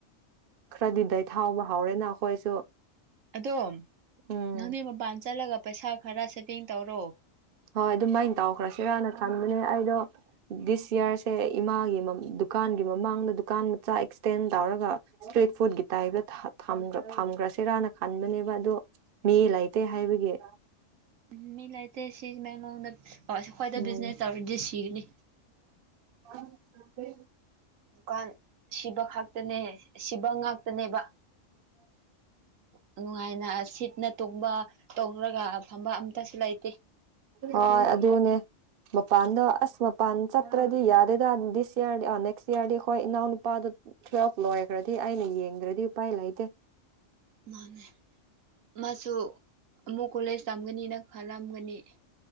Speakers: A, on the right; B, on the right.
A: ꯈꯔꯗꯤ ꯩ ꯊꯥꯎꯕ ꯍꯧꯎꯔꯦꯅ ꯑꯩꯈꯣꯏꯁꯨ
B: ꯑꯗꯣ
A: ꯎꯝ
B: ꯅꯪꯅꯦ ꯃꯄꯥꯟ ꯆꯠꯂꯒ ꯄꯩꯁꯥ ꯈꯔ <unintelligible> ꯇꯧꯔꯣ
A: ꯍꯣꯏ ꯑꯗꯨꯃꯥꯏꯅ ꯇꯥꯎꯈ꯭ꯔꯁꯤꯔꯥꯅ ꯈꯟꯕꯅꯦ ꯑꯩꯗꯣ ꯗꯤꯁ ꯌꯌꯥꯔꯁꯦ ꯏꯃꯥꯒꯤ ꯗꯨꯀꯥꯟꯒꯤ ꯃꯃꯥꯡꯗ ꯗꯨꯀꯥꯟ ꯃꯆꯥ ꯑꯦꯛꯁꯇꯦꯟ ꯇꯧꯔꯒ ꯏꯁꯇ꯭ꯔꯤꯠ ꯐꯨꯗꯀꯤ ꯇꯥꯏꯞꯇ ꯐꯝꯈ꯭ꯔꯁꯤꯔꯥꯅ ꯈꯟꯕꯅꯦꯕ ꯑꯗꯨꯗꯣ ꯃꯤ ꯂꯩꯇꯦ ꯍꯥꯏꯕꯒꯤ
B: ꯎꯝ ꯃꯤ ꯂꯩ ꯇꯁꯤ ꯃꯌꯥꯝ ꯑ ꯁꯤ ꯈ꯭ꯋꯥꯏꯗ
A: ꯎꯝ
B: ꯕꯤꯖꯤꯅꯦꯁ ꯇꯧꯔꯗꯤ ꯁꯤꯒꯅꯤ
A: ꯑ ꯑꯗꯨꯗ
B: ꯗꯨꯀꯥꯟ ꯁꯤꯕ ꯈꯥꯛꯇꯅꯦ ꯁꯤꯕ ꯉꯥꯛꯇꯅꯦꯕ ꯅꯨꯡꯉꯥꯏꯅ ꯁꯤꯠꯅ ꯇꯣꯡꯕ ꯇꯧꯔꯒ ꯐꯝꯕ ꯑꯝꯇꯁꯨ ꯂꯩꯇꯦ ꯆꯠꯀꯅꯨ
A: ꯍꯣꯏ ꯑꯗꯨꯅꯦ ꯃꯄꯥꯟꯗꯣ ꯑꯁ ꯃꯄꯥꯟ ꯆꯠꯇ꯭ꯔꯗꯤ ꯌꯥꯗꯦꯗ ꯗꯤꯁ ꯏꯔꯗꯤ ꯅꯦꯛꯁ ꯏꯌꯥꯔꯗꯤ ꯍꯣꯏ ꯏꯅꯥꯎ ꯅꯨꯄꯥꯗꯣ ꯇꯨꯋꯦꯜꯐ ꯂꯣꯏꯈ꯭ꯔꯗꯤ ꯑꯩꯅ ꯌꯦꯡꯗ꯭ꯔꯗꯤ ꯎꯄꯥꯏ ꯂꯩꯇꯦ
B: ꯃꯥꯅꯦ ꯃꯥꯁꯨ ꯑꯃꯨꯛ ꯀꯣꯂꯦꯖ ꯇꯝꯒꯅꯤꯅ ꯈꯂꯝꯑꯝꯒꯅꯤ